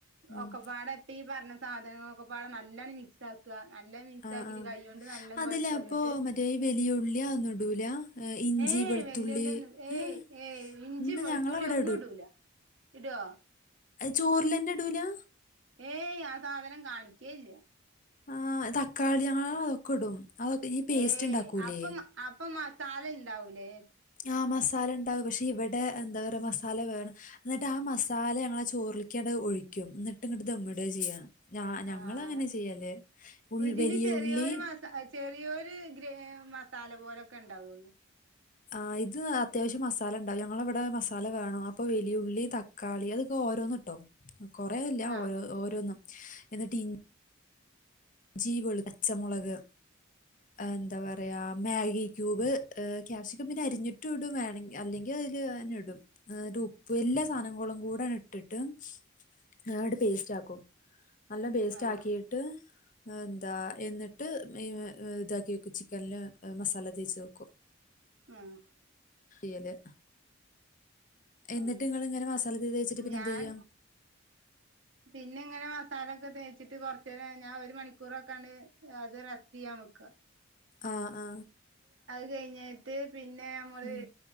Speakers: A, on the left; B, on the right.
A: ഉം
B: ഒക്കപാടെ ഇപ്പ ഈ പറഞ്ഞ സാധനങ്ങളൊക്കെപ്പാടെ നല്ലോം മിക്സാക്ക്. നല്ല മിക്സ്
A: ആ
B: ആക്കിട്ട്
A: ആ
B: കൈകൊണ്ട്
A: അതല്ല അപ്പൊ
B: എന്നിട്ട്
A: മറ്റേ ഈ വലിയ ഉള്ളി അതൊന്നും ഇടൂല? ഏഹ് ഇഞ്ചി
B: ഏ
A: വെളുത്തുള്ളി
B: വല്ലുള്ളിഒന്നും ഏയ്
A: ഏ
B: ഏയ് ഇഞ്ചിം
A: ഇന്ന്
B: വെളുത്തുള്ളീം
A: ഞങ്ങളവിടെ
B: ഒന്നുടൂല. ഇടിയോ?
A: ചോറിലെന്നെടൂല?
B: ഏയ് ആ സാധനം കാണിക്കേ ഇല്ല.
A: ആ തക്കാളിയോ ആ അതൊക്കെ ഇടും. അതൊക്കെ ഈ പേസ്റ്റ്
B: ഏ
A: ഉണ്ടാക്കൂലേ
B: അപ്പം അപ്പ മസാലണ്ടാവൂലേ?
A: ആ മസാലണ്ട് ഉണ്ടാവും പക്ഷേ ഇവിടെ എന്താ മസാല വേണം എന്നിട്ട് ആ മസാല ഞങ്ങളെ ചോറിലിക്കണ് ഒഴിക്കും. ഇന്നിട്ട് ഇങ്ങട് ധമ്മിടാ ചെയ്യല് ഞാ ഞങ്ങളങ്ങനാ
B: ആഹ്
A: ചെയ്യല്. ഉൾ
B: ഇതിന്
A: വലിയ
B: ചെറിയൊരു
A: ഉള്ളി
B: മസാ ചെറിയൊരു ഗ്രേമാ തല പോലൊക്കെണ്ടാവുള്ളു.
A: ആ ഇത് അത്യാവശ്യം മസാലണ്ടാവും ഞങ്ങളെ ഇവിടെ മസാല വേണം അപ്പൊ വലിയുള്ളി തക്കാളി അതൊക്കെ ഓരോന്ന്ട്ടോ കൊറേല്ല
B: ആഹ്
A: ഓരോ ഓരോന്നും. എന്തടി? ഞ്ചി വെളു പച്ചമുളക് എന്താ പറയാ മാഗി ക്യൂബ് ക്യാപ്സിക്കം പിന്നെ അരിഞ്ഞിട്ടും ഇടും വേണെങ്കിൽ അല്ലെങ്കിൽ അത് <inaudible> ഇടും ഉപ്പ് എല്ലാ സാധനങ്ങളുംകൂടങ്ങട്ടിട്ട്. <inaudible> പേസ്റ്റാക്കും നല്ലോം പേസ്റ്റാക്കീട്
B: ആഹ്
A: എന്താ എന്നിട്ട് മ് മ് ഇതാക്കി ചിക്കനില് മസാല തേച്ച് വെക്കും.
B: ആഹ്
A: ഏല് എന്നിട്ട്ങ്ങള്
B: ആഹ്
A: ഇങ്ങനെ മസാല ഒക്കെ തേച്ചിട്ട് പിന്നെന്തായ്യാ?
B: ഞാൻ പിന്നെ ഇങ്ങനെ മസാലൊക്കെ തേച്ചിട്ട് കൊറച്ചേരം ഞാൻ ഒരു മണിക്കൂറൊക്കണ് അത് റസ്റ്റ് ചെയ്യാ നൗക
A: ആ ആ
B: അത് കഴിഞ്ഞിട്ട് പിന്നെ ഞമ്മള്
A: ഉം.